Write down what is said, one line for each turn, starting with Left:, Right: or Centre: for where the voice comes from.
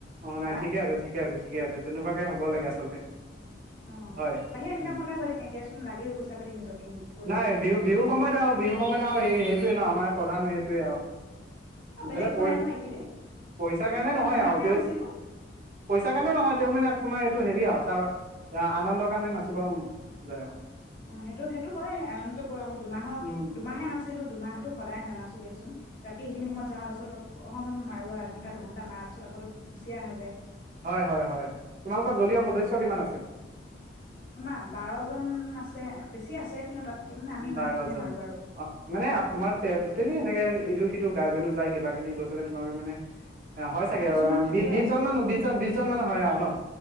Right: অ নাই
Left: এবাৰ
Right: ঠিকে আছে ঠিকে আছে ঠিক আছে তেনেুৱাকে হ'ব ক'ব লাগে আচলতে
Left: অ
Right: হয়
Left: বাহিৰা ইনকাম
Right: উ
Left: এটা হৈ থাকে দিয়াচোন লাগেও পইচা পাতি নিজকে কৰিলে
Right: নাই
Left: বহুত
Right: বিহু
Left: লাগে
Right: বিহু সময়ত আৰু বিহু সময়ত আৰু স সেইটোয়ে ন আমাৰ প্ৰধান সেইটো ত আহ
Left: অ বেলেগ
Right: বোলে
Left: একো
Right: প
Left: নাই নহয় এইকেইদিন
Right: পইচা কাৰণে
Left: এই
Right: নহয়
Left: দুমাহে
Right: আৰু
Left: নাছিলো
Right: পইচা কাৰে নহয় মানে হেৰি এইটো হেৰি আৰু এটা আনন্দৰ কাৰণে নাচিব মন যায় আৰু
Left: অ সেইটো সেইটো হয় আনিত কৰো আৰু দুমাহৰ
Right: উম
Left: দুমাহে নাছিলো দুমাহো সদায় নানাচো দিয়াচোন ৰাতি সেইখিনি সময়ত যাওঁতে আচলতে মাৰোৱাা এঘণ্টা দুঘণ্টা মাৰ পিছত আকৌ গুচি অ আহা যায়
Right: হয় হয় হয় তোমালোকৰ দলীয় সদস্য় কিমান আছে
Left: আমা বাৰ জন আছে বেছি আছে কিন্তু তাতকে মানে আমি ইমানজনে
Right: বাৰজন
Left: মাৰো আৰু
Right: অ মানে তোমাৰ তে টেলি এনেকে ইটো সিটো গাৰ্জেনো যায় কিবা খিনি গৈ পেলাই তোমালোকে মানে অ হয় চাগে
Left: বা কিছুমান থাকে
Right: বিশজন মানু বিশজন বিশজন মানুহ হয় আৰু ন